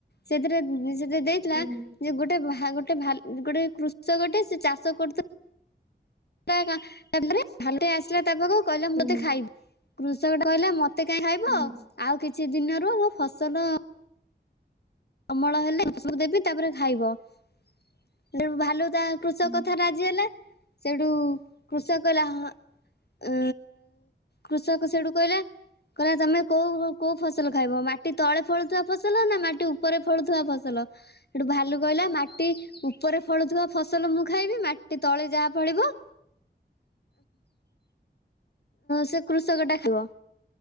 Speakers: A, on the left; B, on the right.
A: ସେଥିରେ ସେଥିରେ ଦେଇଥିଲା।
B: ହୁଁ
A: ଯେ ଗୋଟେ ଗୋଟେ ଗୋଟେ କୃଷକ ଗୋଟେ ସେ ଚାଷ କରୁଥୁ ଭରେ ଆସିଲା ତା ପାଖକୁ। କହିଲା
B: ହୁଁ
A: ମତେ ଖାଇବି କୃଷକ ଟା କହିଲା ମତେ କାହିଁ ଖାଇବ
B: ହୁଁ
A: ଆଉ କିଛି ଦିନ ରୁହ ମୋ ଫସଲ। ଅମଳ ହେଲେ ଫସଲ ଦେବି ତାପରେ ଖାଇବ ହେଲେ ଭାଲୁ ତା କୃଷକ
B: ହୁଁ।
A: କଥା ରାଜି ହେଲେ ସେଠୁ କୃଷକ କହିଲା ହଁ। ଅ କୃଷକ ସେଇଠୁ କହିଲା କହିଲ ତମେ କଉ କୋଉ ଫସଲ ଖାଇବ ମାଟି ତଳେ ଫଳୁଥିବା ଫସଲ ନା ମାଟି ଉ ଉପରେ ଫଳୁଥିବା ଫସଲ ସେଠୁ ଭାଲୁ କହିଲା ମାଟି ଉ ଉପରେ ଫଳୁଥିବା ଫସଲ ମୁଁ ଖାଇବି ମାଟି ତଳେ ଯାହା ଫଳିବ ସେ କୃଷକଟା ଖାଇବ